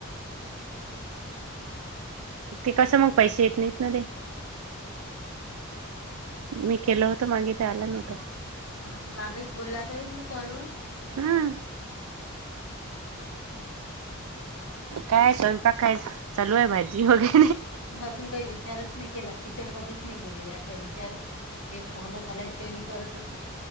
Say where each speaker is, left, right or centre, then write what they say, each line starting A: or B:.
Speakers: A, on the left (about 70°); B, on the right (about 85°).
A: हम्म.
B: ते कस मग पैसे येत नाहीत ना रे मी. केलं होतं मागे ते आलं नव्हतं
A: ह माग एक बोलला आता का तुम्ही कॉल व
B: हम्म.
A: हा.
B: कायचो प खायच चलू आहेय भाजी होगे.
A: अजून काही विचारच नाही केला टिचर मध्येच नाही गेली. विचार हे पूर्ण झाल्याशिवाय मी करतच नाही.